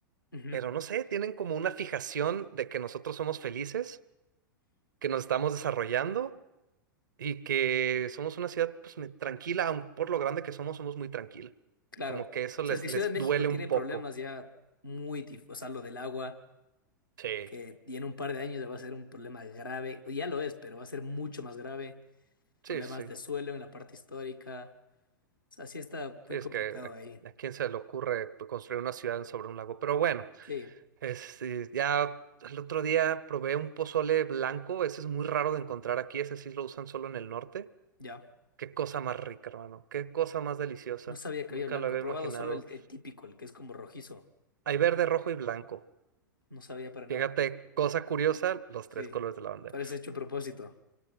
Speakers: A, on the left; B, on the right.
A: ujú,
B: Pero no sé, tienen como una fijación de que nosotros somos felices, que nos estamos desarrollando y que somos una ciudad pues, me- tranquila, aun por lo grande que somos, somos muy tranquila.
A: Claro.
B: Como que
A: O
B: eso
A: sea,
B: les,
A: es que
B: les
A: Ciudad de México
B: duele
A: tiene
B: un poco.
A: problemas ya muy, dif- o sea, lo del agua,
B: Sí.
A: que y en un par de años ya va a ser un problema grave, o ya lo es, pero va a ser mucho más grave,
B: Sí,
A: problemas
B: sí.
A: de suelo en la parte histórica, o sea, sí está muy
B: Sí, es
A: complicado
B: que
A: ahí.
B: a, a quién se le ocurre pues, construir una ciudad sobre un lago. Pero bueno.
A: Sí,
B: Este, ya el otro día probé un pozole blanco, ese es muy raro de encontrar aquí, ese sí lo usan solo en el norte.
A: ya.
B: Qué cosa más rica, hermano, qué cosa más deliciosa.
A: No sabía que
B: Nunca
A: había blanco,
B: lo había
A: he probado
B: imaginado.
A: solo el, el típico, el que es como rojizo,
B: Hay verde, rojo y blanco.
A: no sabía para nada.
B: Fíjate, cosa curiosa, los
A: Sí,
B: tres colores de la bandera.
A: parece hecho a propósito. <laughs>